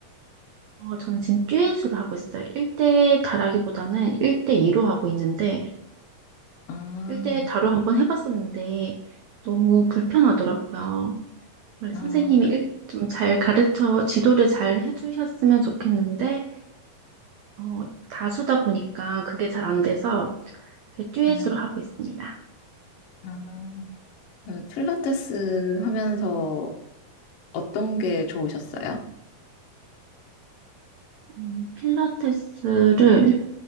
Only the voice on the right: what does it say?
어, 저는 지금 듀엣으로 하고 있어요. 1대 다라기보다는 1대2로 하고 있는데
1대 다로 한번 해봤었는데 너무 불편하더라고요. 원래
선생님이 좀 잘 가르쳐, 지도를 잘 해주셨으면 좋겠는데 어, 다수다 보니까 그게 잘 안 돼서 그 듀엣으로
하고 있습니다.
음, 필라테스를